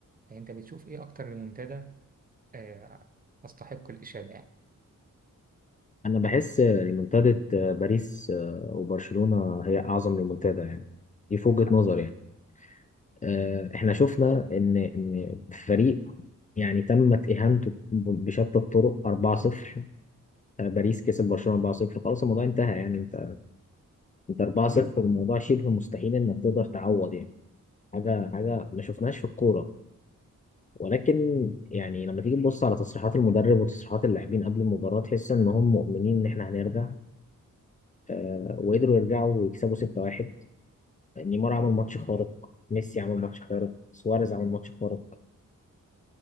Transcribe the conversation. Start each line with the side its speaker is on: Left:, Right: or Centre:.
Right: فأنت بتشوف إيه أكتر ريمونتادا آه، تستحق الإشادة يعني
Left: انا بحس ريمونتادة باريس آه، وبرشلونة هي اعظم ريمونتادا يعني دي في وجهة نظر يعني آه، احنا شفنا ان ان فريق يعني تمت اهانته بشتى الطرق 4-0 آه، باريس كسب برشلونة 4-0 خلاص الموضوع انتهى يعني انت انت 4-0 الموضوع شبه مستحيل انك تقدر تعوض يعني حاجة حاجة ما شفناهاش في الكورة ولكن يعني لما تيجي تبص على تصريحات المدرب وتصريحات اللاعبين قبل المباراة تحس ان هم مؤمنين ان احنا هنرجع آه، وقدروا يرجعوا ويكسبوا 6-1 نيمار عمل ماتش خارق ميسي عمل ماتش خارق سواريز عمل ماتش خارق